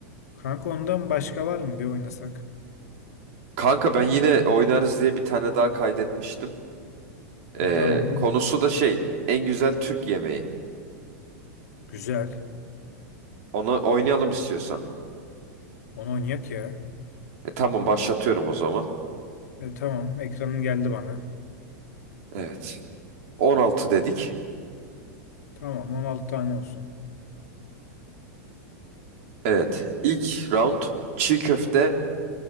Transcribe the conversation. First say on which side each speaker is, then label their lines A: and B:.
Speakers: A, on the left; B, on the right.
A: Kanka ondan başka var mı? Bir oynasak.
B: Kanka ben yine oynarız diye bir tane daha kaydetmiştim. E,
A: Tamam.
B: konusu da şey. En güzel Türk yemeği.
A: Güzel.
B: Onu oynayalım
A: Tamam.
B: istiyorsan.
A: Onu oynayak ya.
B: E, tamam başlatıyorum o zaman.
A: E, tamam, ekranın geldi bana.
B: Evet. 16 dedik.
A: Tamam, 16 tane olsun.
B: Evet. İlk round çiğ köfte